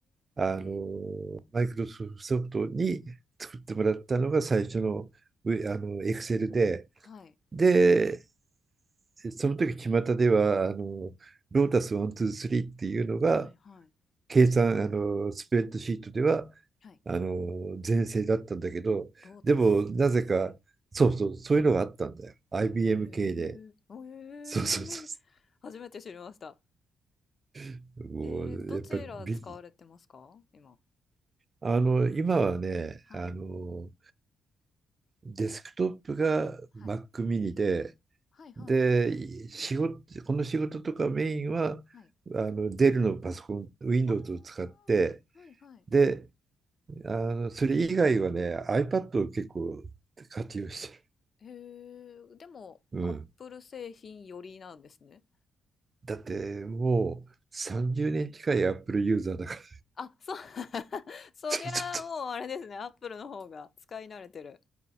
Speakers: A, on the right (about 35°); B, on the left (about 45°).
A: あの、
B: え。
A: マイクロソフトに作ってもらったのが最初の、うあの、エクセルで、
B: はい。
A: で、その時巷では、あの、ロータス1、2、3っていうのが、
B: はい。はい。
A: 計算、あの、スプレッドシートでは、
B: はい。
A: あの全盛だったんだけど、
B: ロータス。
A: でもなぜか、
B: はい。
A: そうそう、そういうのがあったんだよ。IBM
B: へえ。
A: 系で。
B: ええ。
A: そうそうそ
B: 初めて知りました。
A: う。もうやっぱりび、
B: えー、どちら使われてますか今。
A: あの、今はね、
B: はい。
A: あの、デスクトップが
B: はい。
A: Mac mini で、
B: はいはい。
A: で、仕事、この仕事とかメインは、
B: はい。
A: あの、デルのパソコン、Windows
B: ああ、
A: を使って、
B: はいはい。
A: で、あの、それ以外はね、iPad
B: はい。
A: を結構活用してる。
B: へえ、でも、
A: うん。
B: アップル製品よりなんですね。
A: だってもう30年近い Apple ユーザーだから。
B: あ、そう。<laughs>
A: <laughs>
B: そりゃもうあれですね、
A: ちょそう
B: アップルの方が使い慣れてる。